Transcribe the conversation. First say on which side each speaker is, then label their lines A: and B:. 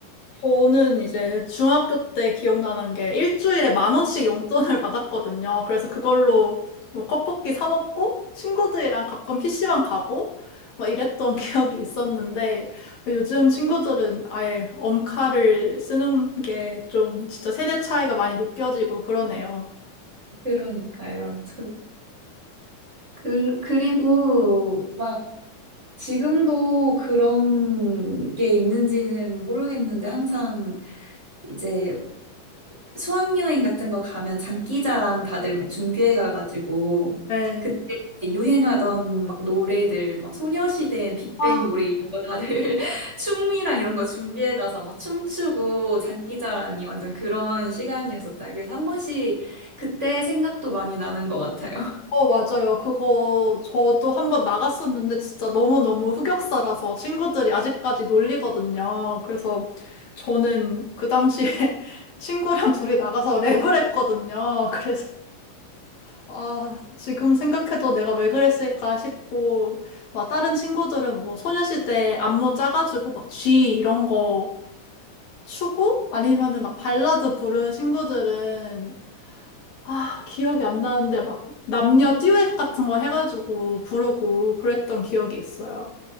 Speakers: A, on the left (about 60°); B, on the right (about 20°).
A: 저는 이제 중학교 때 기억나는 게 일주일에 만 원씩 용돈을 <laughs> 받았거든요. 그래서 그걸로 뭐 컵볶이 사 먹고 친구들이랑 가끔 PC방 가고 막 이랬던 <laughs> 기억이 있었는데 요즘 친구들은 아예 엄카를 쓰는 게 좀 진짜 세대 차이가 많이 느껴지고 그러네요.
B: 그러니까요. 저, 그, 그리고 막 지금도 그런 게 있는지는 모르겠는데 항상 이제 수학여행 같은 거 가면 장기자랑 다들 막 준비해 가가지고
A: 네.
B: 그때 유행하던 막 노래들 막 소녀시대 빅뱅
A: 아,
B: 노래 이런 거 다들 <laughs> 춤이랑 이런 거 준비해 가서 막 춤추고 장기자랑이 완전 그런 시간이었었잖아요. 그래서 한 번씩 그때 생각도 많이 나는 것 같아요.
A: 어, 맞아요. 그거 저도 한번 나갔었는데 진짜 너무너무 흑역사라서 친구들이 아직까지 놀리거든요. 그래서 저는 그 당시에 <laughs> 친구랑 둘이 나가서 랩을 했거든요. <laughs> 그래서 아, 지금 생각해도 내가 왜 그랬을까 싶고 막 다른 친구들은 뭐 소녀시대 안무 짜가지고 막 G 이런 거 추고 아니면은 막 발라드 부른 친구들은 아, 기억이 안 나는데 막 남녀 듀엣 같은 거 해가지고 부르고 그랬던 기억이 있어요.